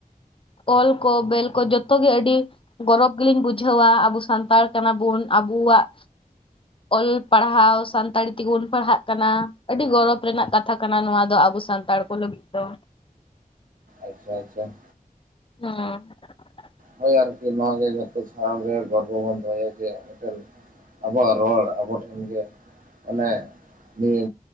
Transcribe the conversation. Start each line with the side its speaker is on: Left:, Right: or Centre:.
Left: ᱚᱞ ᱠᱚ ᱵᱮᱞ ᱠᱚ ᱡᱚᱛᱚᱜ ᱜᱮ ᱟᱹᱰᱤ ᱜᱚᱨᱚᱵᱽ ᱜᱮᱞᱤᱧ ᱵᱩᱡᱷᱟᱹᱣᱟ ᱟᱵᱚ ᱥᱟᱱᱛᱟᱲ ᱠᱟᱱᱟ ᱵᱚᱱ ᱟᱵᱚ ᱵᱩᱣᱟᱜ ᱚᱞ ᱯᱟᱲᱦᱟᱣ ᱥᱟᱱᱛᱟᱲᱤ ᱛᱮᱜᱮᱵᱚᱱ ᱯᱟᱲᱦᱟᱜ ᱠᱟᱱᱟ ᱟᱹᱰᱤ ᱜᱚᱨᱚᱵᱽ ᱨᱮᱱᱟᱜ ᱠᱟᱛᱷᱟ ᱠᱟᱱᱟ ᱱᱚᱣᱟ ᱫᱚ ᱟᱵᱚ ᱟᱵᱚ ᱥᱟᱱᱛᱟᱲ ᱠᱚ ᱞᱟᱹᱜᱤᱫ ᱫᱚ
Right: ᱟᱪᱪᱷᱟ ᱟᱪᱪᱷᱟ ᱾
Left: ᱦᱩᱸ
Right: ᱦᱳᱭ ᱟᱨᱠᱤ ᱱᱚᱣᱟᱣᱟᱜᱮ ᱡᱚᱛᱚ ᱥᱟᱱᱟᱢ ᱜᱮ ᱜᱚᱨᱵᱚ ᱵᱚᱱ ᱫᱚᱦᱚᱭᱟ ᱡᱮ ᱢᱤᱴᱟᱺᱜ ᱟᱵᱚᱣᱟᱜ ᱨᱚᱲ ᱟᱵᱚᱴᱷᱮᱱᱜᱮ ᱢᱟᱱᱮ ᱱᱤᱭᱟᱹ